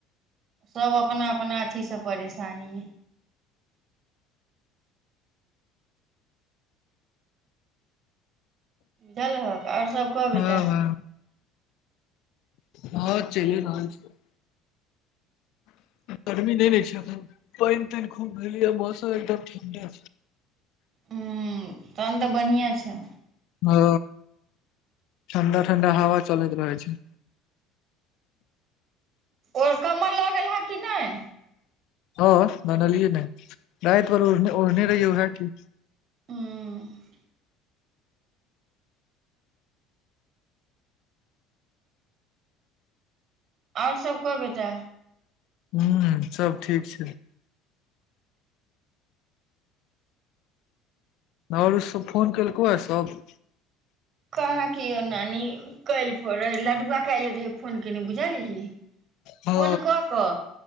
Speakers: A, on the right; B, on the left.
A: सब अपना अपना अथी से परेशानी ए देलहक आओर सब कह
B: हँ
A: बेटा
B: हँ हँ चलिए रहल छै गरमी नहि ने छै <unintelligible> पानि तानि खूब भेल मौसम एकदम ठंडा
A: हम्म तहन तऽ बनिहा छै
B: ओ ठण्डा ठण्डा हवा चलैत रहै छै
A: आर कम्मल लऽ गेल हे कि नहि
B: हँ ननलीये नहि येपर ओढ़ ओढ़ने रहै ओएहा की
A: ह आओर सब कऽ बेटा
B: हम्म सब ठीक छै आओरो सब फोन केलकौ ए सब
A: कहाँ क यौ नानी काल्हि प रहै लडुआ काल्हि रहै फोन केयने बुझलीही
B: हँ
A: फोन कऽ कऽ